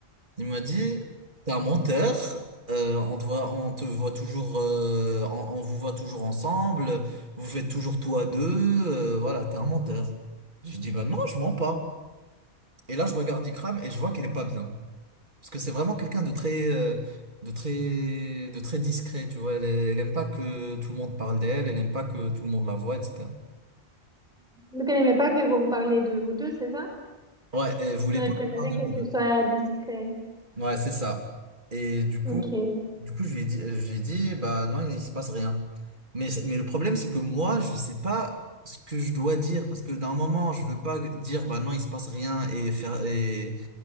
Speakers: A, on the right (about 45°); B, in the centre.
A: Il m'a dit, t'es un menteur, euh, on te voit, on te voit toujours, euh, on, on vous voit toujours ensemble, vous faites toujours tout à deux, euh, voilà, t'es un menteur. Je dis, bah non, je mens pas. Et là, je regarde Ikram et je vois qu'il est pas bien. Parce que c'est vraiment quelqu'un de très, euh, de très, de très discret, tu vois. Elle, elle aime pas que tout le monde parle d'elle, elle aime pas que tout le monde la voit, etc.
B: Donc elle aimait pas que on parlait de vous deux, c'est ça?
A: Ouais, elle voulait
B: Genre
A: pas
B: elle
A: qu'on
B: préférait
A: parle de
B: que
A: nous
B: tu sois discret.
A: Ouais, c'est ça. Et du coup,
B: Ok.
A: du coup, je lui ai dit, je lui ai dit, bah non, il se passe rien. Mais, c'est- mais le problème, c'est que moi, je sais pas ce que je dois dire, parce que d'un moment, je veux pas dire, bah non, il se passe rien et faire, et,